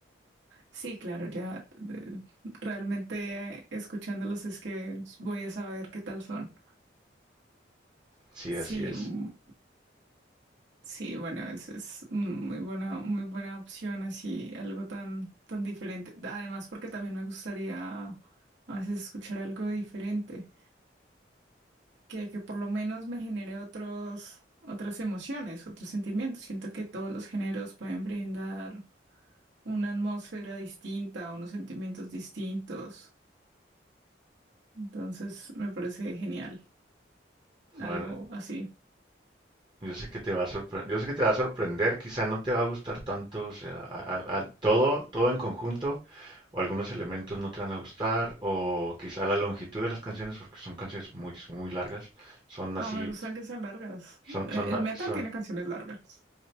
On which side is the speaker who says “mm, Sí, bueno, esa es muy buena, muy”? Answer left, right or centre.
Right